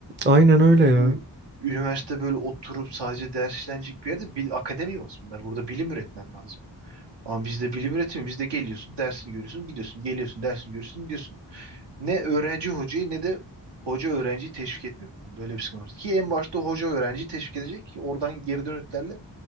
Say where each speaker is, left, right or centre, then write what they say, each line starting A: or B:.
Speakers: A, on the right; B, on the right.
A: Aynen öyle ya.
B: Çünkü üniversite böyle oturup sadece ders işlenecek bir yerde bil, akademi yok bunlar. Burada bilim üretmen lazım. Ama bizde bilim üretimi. Bizde geliyorsun, dersini görüyorsun, gidiyorsun. Geliyorsun, dersini görüyorsun, gidiyorsun. Ne öğrenci hocayı ne de hoca öğrenciyi teşvik etmiyor. bu konuda. Öyle bir sıkıntı var. Ki en başta hoca öğrenciyi teşvik edecek ki oradan geri dönütlerle